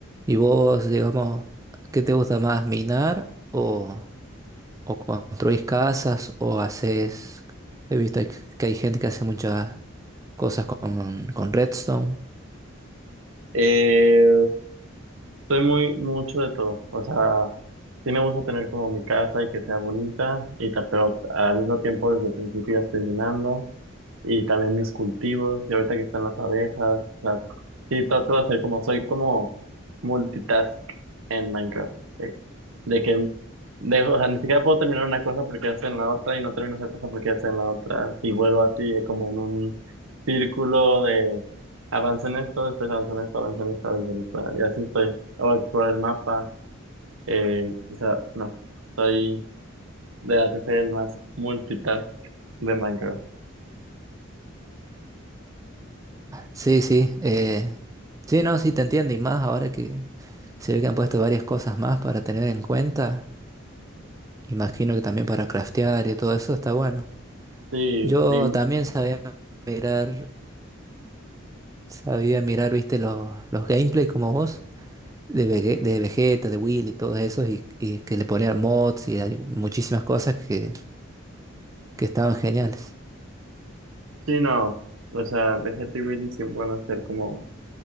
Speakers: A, on the right; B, on the right.
A: ¿Y vos, digamos, qué te gusta más, minar o, o construís casas o haces... He visto que que hay gente que hace muchas cosas con, con redstone.
B: Eh, Soy muy mucho de todo, o sea, sí me gusta tener como mi casa y que sea bonita, y ta- pero al mismo tiempo desde el principio ya estoy minando, y también mis cultivos, y ahorita que están las abejas, o sea, sí trato de hacer como, soy como multitask en Minecraft, de, de que, de, o sea, ni siquiera puedo terminar una cosa porque ya estoy en la otra, y no termino esa cosa porque ya estoy en la otra, y vuelvo así eh, como en un círculo Avancé en esto, después avancé en esto, avancé en esto, avancé en esto. Y así estoy. Voy a explorar el mapa. Eh, o sea, no. Soy de las que soy el más multitask de Minecraft.
A: Sí, sí. eh, sí, no, sí te entiendo. Y más ahora que se ve que han puesto varias cosas más para tener en cuenta. Imagino que también para craftear y todo eso está bueno.
B: Sí,
A: Yo
B: y,
A: también sabía mirar, sabía mirar, viste, los, los gameplays como vos, de, Vege- de Vegeta, de Will y todos esos, y, y que le ponían mods y hay muchísimas cosas que, que estaban geniales.
B: sí, no. O sea, Vegeta y Willy siempre van a ser como